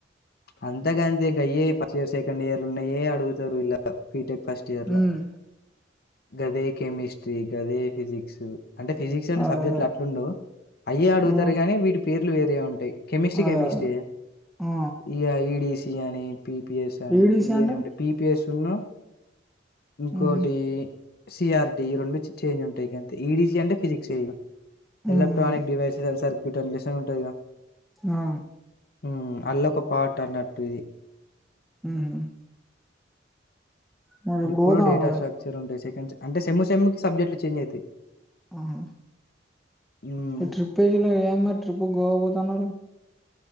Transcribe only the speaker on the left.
అంత గంతే గయే ఫస్ట్ ఇయర్ సెకండ్ ఇయర్లు ఉన్నాయే అడుగుతారు ఇలా బిటెక్ ఫస్ట్ ఇయర్లో
గదే కెమిస్ట్ర్రి గదే ఫిజిక్స్ అంటే ఫిజిక్స్ అంటే
సబ్జెక్ట్లు
అట్లాండవు అయ్యే అడుగుతారు
గానీ వీటి పేర్లు వేరే ఉంటాయి కేెమిస్ట్రీ
కెమిస్ట్రీ
ఇ ఈడిసి అని పిపిఎస్ అని
ఇవి
అని ఉంటాయి పిపిఎస్ ను ఇంకోటి
సిఆర్టీ ఈ రెండు చేంజ్ ఉంటాయి గంతే ఈడీసీ అంటే ఫిజిక్స్ ఇగ
ఎలక్ట్రానిక్ డివైసెస్ అని సర్క్యూట్ అనే లెసన్ ఉంటది ఇగ
ఉ అల్లో ఒక పార్ట్ అన్నట్టు ఇది
ఎప్పుడు
డేటాస్ట్రక్చర్
ఉంటాయి సెకండ్ అంటే సేమ్ సెమ్ కి సబ్జెక్ట్లు చేంజ్ అయతాయి
హ్మ్.